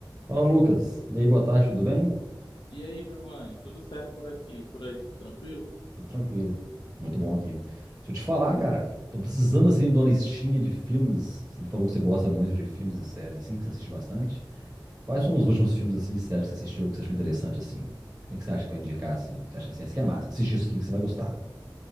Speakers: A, on the right; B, on the left.
A: Fala, Lucas. E aí, boa tarde, tudo bem?
B: E aí, Giovanni, tudo certo por aqui? Por aí, tudo tranquilo?
A: Tudo tranquilo. Muito bom aqui. Deixa eu te falar,
B: Que Bom,
A: cara. Tô precisando, assim, de uma listinha de filmes. Você me falou que você gosta muito de filmes e séries, assim, que você assiste bastante. Quais são os últimos filmes, assim, e séries que você assistiu, que você achou interessante, assim? O que é que você acha pra indicar, assim? Você acha assim, esse aqui é massa, assiste isso aqui que você vai gostar.